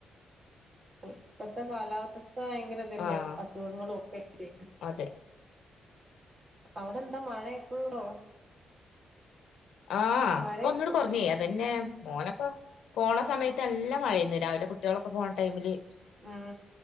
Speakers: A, on the right; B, on the left.
A: ഇപ്പത്തെ കാലാവസ്ഥ ഭയങ്കര തല്ലേ
B: ആഹ്
A: അസുഖങ്ങളും ഒക്കെയ്റ്റ്.
B: അതെ
A: അവിടെ എന്താ മഴ എപ്പോഴള്ളോ.
B: ആ
A: മഴ
B: പ്പ ഒന്നൂടെ
A: എപ്പ
B: കൊറഞ് അതന്നെ. മോനൊക്കെ പോണ സമയത്ത് ല്ല മഴയന്ന് രാവിലെ കുട്ടികളൊക്കെ പോണ ടൈമില്.
A: ആ